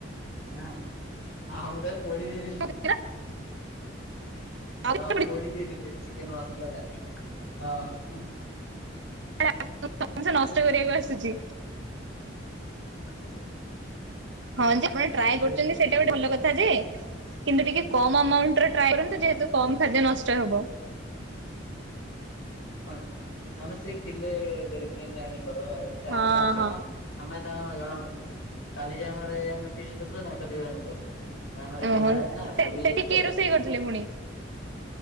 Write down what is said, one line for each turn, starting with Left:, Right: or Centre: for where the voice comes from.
Left: ହଁ ଆଉ <unintelligible> ପୋଡ଼ି ଦେଇଥିଲି।
Right: <unintelligible> ଆପଣଙ୍କୁ
Left: ଆଉ ପୋଡ଼ି ଦେଇଥିଲି ଚିକେନ ମସଲାଟା, ହଁ।
Right: <unintelligible> ଜିନିଷ ନଷ୍ଟ କରିବାକୁ ଆସୁଛି।
Left: ହୁଁ
Right: ହଁ ଯେ ଆପଣ ଟ୍ରାଏ କରୁଛନ୍ତି
Left: ଦେଇଥିଲି
Right: ସେଇଟା ଗୋଟେ ଭଲ କଥା ଯେ କିନ୍ତୁ ଟିକେ କମ ଆମାଉଣ୍ଟ ରେ
Left: ହଁ
Right: ଟ୍ରାଏ କରନ୍ତୁ ଯେହେତୁ କମ ଖାଦ୍ୟ ନଷ୍ଟ ହେବ।
Left: ହଁ ଆମେ ସେ କିଲେ ଦେଢ଼ କିଲେ ଏମତି ଆଣିକି କରୁ ଆଉ ଚାରି
Right: ହଁ
Left: ପାଞ୍ଚ ଜଣ
Right: ହଁ
Left: ଆମେ ତାଙ୍କୁ ଜଣଉନୁ କାଲି ଯେ ଆମର ଏ ଆମେ ଫିଷ୍ଟ କରୁଥିଲୁ ତାଙ୍କ। <unintelligible> ତାଙ୍କ ଘରେ
Right: ଓହୋ
Left: କେହି ନାହାନ୍ତି ନା ପୁରୀ
Right: ସେଠି
Left: ଯାଇଥିଲେ
Right: କିଏ କରିଥିଲେ ପୁଣି?